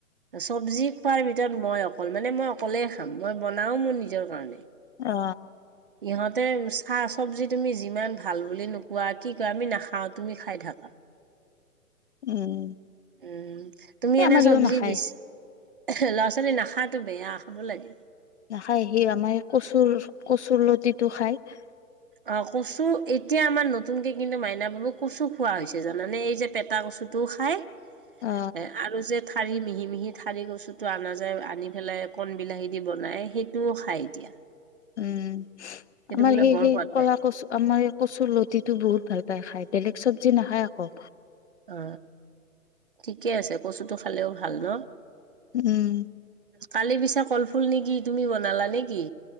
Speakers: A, on the right; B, on the left.
A: চব্জি খোৱাৰ ভিতৰত মই অকল মানে মই অকলে খা। মই বনাওঁ মোৰ নিজৰ কাৰণে।
B: অ
A: ইঁহতে চাহ। চব্জি তুমি যিমান ভাল বুলি নোকোৱা কি কোৱা আমি নাখাওঁ তুমি খাই থাকা।
B: উম
A: উম তুমি
B: এই
A: এনে
B: আমাৰ
A: চব্জি
B: ইও নাখায়
A: বেছি। ল'ৰা ছোৱালী নাখাটো বেয়া খাব লাগে।
B: নাখায় সি আমাৰ কচুৰ কচুৰ লতিটো খায়। <unintelligible>
A: অ কচু এতিয়া আমাৰ নতুনকে কিন্তু মাইনা বাবুক কচু খোৱা হৈছে জানানে এই যে পেতা কচুটো খাই। <unintelligible>
B: অ
A: আৰু যে। ঠাৰি মিহি মিহি ঠাৰি কচুটো আনা যায় আনি পেলাই কণ বিলাহী দি বনাই সেইটোও খাই এতিয়া। <unintelligible>
B: উম।
A: সেইটো
B: আমাৰ
A: বোলে
B: সেই
A: বৰ
B: সেই
A: সোৱাদ পায়
B: কলা কচু আমাৰ কচুৰ লতিটো বহুত ভাল। <unintelligible> তাই খাই বেলেগ। চব্জি নাখায় আকৌ।
A: অ ঠিকে আছে কচুটো খালেও ভাল ন।
B: উম
A: কালি পিছে কল- ফুল নেকি তুমি বনালা নেকি?